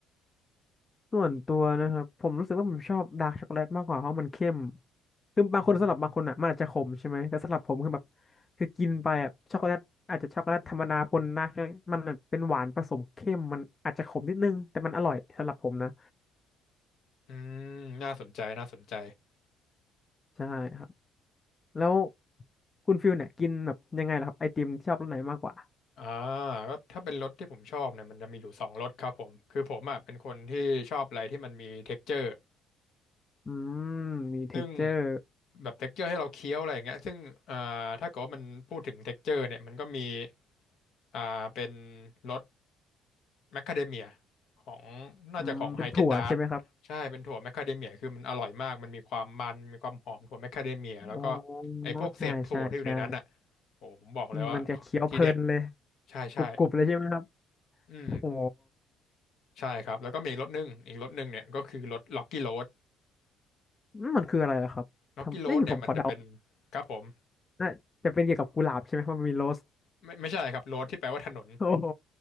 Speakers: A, on the left; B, on the left.
A: ส่วนตัวนะครับผมรู้สึกว่าผมชอบดาร์กช็อกโกแลตมากกว่าเพราะมันเข้มคือบางคนสำหรับบางคนอ่ะมันอาจจะขมใช่ไหมแต่สำหรับผมคือแบบ
B: อืม
A: คือกินไปอ่ะช็อกโกแลตอาจจะช็อกโกแลตธรรมดาปนดาร์กมันเป็นหวานผสมเข้มมันอาจจะขมนิดนึงแต่มันอร่อยสำหรับผมนะ
B: อืมน่าสนใจน่าสนใจ
A: ใช่ครับแล้วคุณฟิลเนี่ยกินแบบยังไงล่ะครับไอติมชอบรสไหนมากกว่า
B: อ่าก็ถ้าเป็นรสที่ผมชอบเนี่ยมันจะมีอยู่สองรสครับผมคือผมอ่ะเป็นคนที่ชอบอะไรที่มันมี texture
A: อืมมีเท็กเจอร์
B: ซึ่งแบบเท็กเจอร์ให้เราเคี้ยวอะไรอย่างเงี้ยซึ่งอ่าถ้าเกิดว่ามันพูดถึงเท็กเจอร์เนี่ยมันก็มีอ่าเป็นรส แมคคาเดเมียของน่าจะของไฮเกนดาร์
A: อืมเป็นถั่วใช่ไหมครับ
B: ใช่เป็นถั่วแมคคาเดเมียคือมันอร่อยมากมันมีความมันมีความหอมถั่วแมคคาเดเมียแล้วก็
A: อ๋อ
B: ไอ้พวกเศษถั่วที่อยู่ในนั้นอ่ะ
A: ใช่ใช่ใช่
B: โอ้ผมบอกเลยว่า
A: อืมมันจะเคี้ยวเพลินเลย
B: ทีเด็ดใช่ใช่
A: กรุบๆเลยใช่ไหมครับ
B: อืม
A: โอ้โห
B: ใช่ครับแล้วก็มีอีกรสหนึ่งอีกรสหนึ่งเนี่ยก็คือรสล็อกกี้โรด
A: อืมมันคืออะไรล่ะครับทำนี่ผมขอเดา
B: ล็อกกี้โรดเนี่ยมันจะเป็นครับผม
A: น่าจะเป็นเกี่ยวกับกุหลาบใช่ไหมเพราะมันมีโรส
B: ไม่ไม่ใช่ครับโรดที่แปลว่าถนน
A: โอ้โห